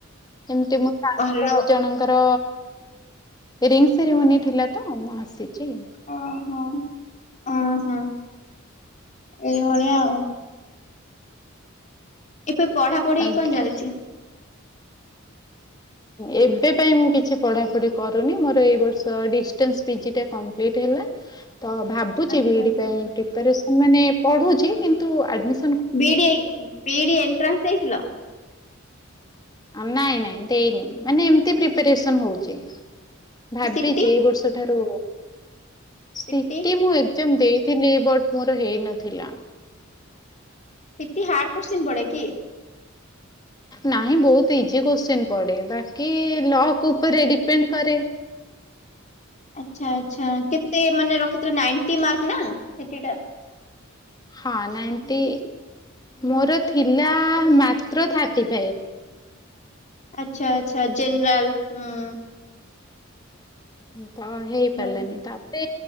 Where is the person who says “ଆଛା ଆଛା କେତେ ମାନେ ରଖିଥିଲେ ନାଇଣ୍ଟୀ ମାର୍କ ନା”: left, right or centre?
Left